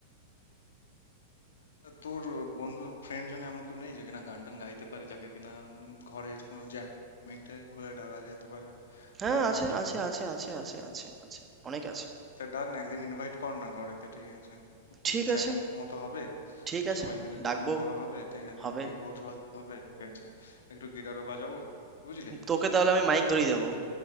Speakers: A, on the left; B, on the right.
A: তা তোর বন্ধু ফ্রেন্ড জন এমন কেউ নেই যে কিনা গান টান গাইতে পারে যাকে কিনা উম, ঘরে কোনো জ্যামিং টাইম হলে ডাকা যেতে পারে
B: হ্যাঁ
A: গান
B: আছে
A: গাওয়ার জন্য
B: আছে আছে আছে আছে আছে আছে অনেক আছে
A: তা ডাক না একদিন ইনভাইট কর না ঘরেতে ঠিক আছে
B: ঠিক
A: জ্যামিং
B: আছে
A: মতো হবে
B: ঠিক আছে
A: সবাই মিলে গুনগুন
B: ডাকবো
A: করা হবে ঠিক আছে
B: হবে
A: বিট বক্স বাজানো হবে ঠিক আছে একটু গিটারও বাজাবো বুঝলি
B: তোকে তাহলে আমি মাইক ধরিয়ে দেবো